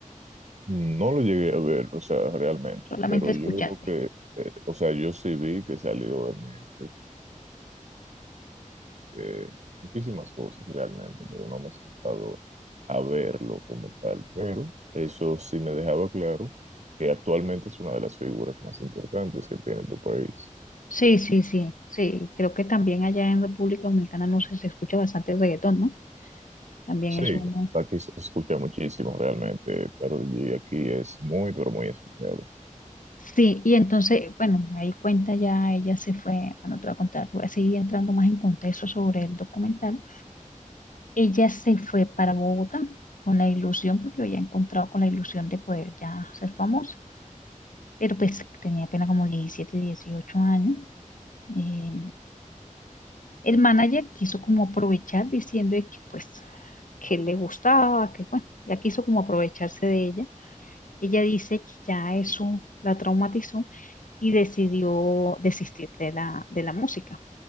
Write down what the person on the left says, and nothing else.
Solamente
escuchaste.
Sí, sí, sí, sí. Creo que también allá en República Dominicana no sé, se escucha bastante reggaetón, ¿no? También
es uno.
Sí, y entonces, bueno, ahí cuenta ya, ella se fue, bueno, te voy a contar, voy a seguir entrando más en contexto sobre el documental. Ella se fue para Bogotá con la ilusión, porque había encontrado con la ilusión de poder ya ser famosa, pero pues tenía apenas como 17, 18 años. Eh, el manager quiso como aprovechar diciendo de que pues que le gustaba, que bueno, ya quiso como aprovecharse de ella. Ella dice que ya eso la traumatizó y decidió desistir de la, de la música,